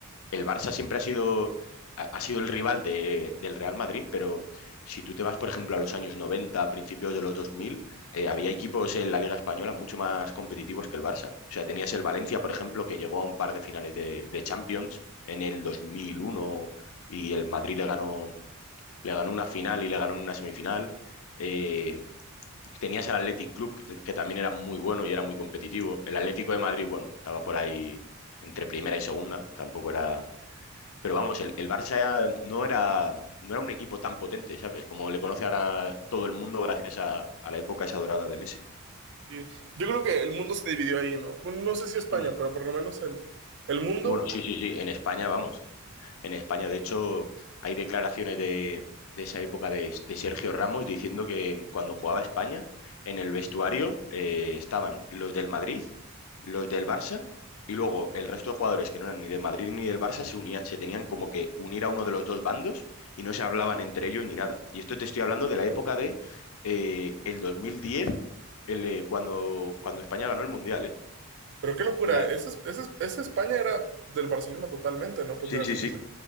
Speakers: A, on the left; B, on the right.
A: el Barça siempre ha sido, ha, ha sido el rival de- del Real Madrid, pero si tú te vas, por ejemplo, a los años 90, a principios de los 2000, eh, había equipos en la Liga Española mucho más competitivos que el Barça. O sea, tenías el Valencia, por ejemplo, que llegó a un par de finales de, de Champions en el 2001 y el Madrid le ganó, le ganó una final y le ganó en una semifinal. Eh, tenías el Athletic Club, que, que también era muy bueno y era muy competitivo. El Atlético de Madrid, bueno, estaba por ahí entre primera y segunda, tampoco era pero vamos, el, el Barça no era, no era un equipo tan potente, ¿sabes? Como le conoce ahora todo el mundo gracias a, a la época esa dorada de Messi.
B: Y yo creo que el mundo se dividió ahí, ¿no? Bueno, no sé si España,
A: <clears throat>
B: pero
A: Mm.
B: por lo menos el, el mundo
A: Bueno, sí, sí, sí, en España, vamos. en España. De hecho, hay declaraciones de, de esa época de, de Sergio Ramos diciendo que cuando jugaba España, en el vestuario eh, estaban los del Madrid, los del Barça y luego el resto de jugadores que no eran ni del Madrid ni del Barça se unían, se tenían como que unir a uno de los dos bandos y no se hablaban entre ellos ni nada. Y esto te estoy hablando de la época de eh, el 2010, el, eh, cuando, cuando España ganó el Mundial, ¿eh?
B: Pero qué locura,
A: La-
B: ese, es- ese, es- ese España era del Barcelona totalmente, ¿no? Pues
A: sí,
B: mira,
A: sí,
B: fíjate,
A: sí.